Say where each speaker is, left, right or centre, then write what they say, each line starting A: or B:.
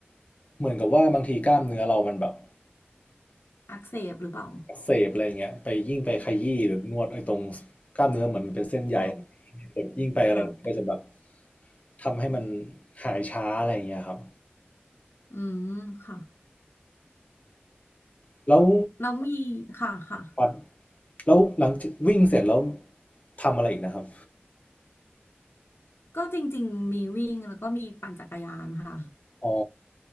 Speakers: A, on the left (about 35°); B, on the left (about 80°).
A: เหมือนกับว่าบางทีกล้ามเนื้อเรามันแบบ
B: อักเสบหรือเปล่า
A: อักเสบอะไรอย่างเงี้ยไปยิ่งไปขยี้หรือนวดไอ้ตรงกล้ามเนื้อเหมือนมันเป็นเส้นใย
B: อ๋อ
A: ยิ่งไปอะไรก็จะแบบ
B: ค่ะ
A: ทำให้มันหายช้าอะไรอย่างเงี้ยครับ
B: อืมค่ะ
A: แล้ว
B: แล้วมีค่ะค่ะ
A: ปัดแล้วหลังจากวิ่งเสร็จแล้วทำอะไรอีกนะครับ
B: ก็จริงๆมีวิ่งแล้วก็มีปั่นจักรยานค่ะ
A: อ๋อ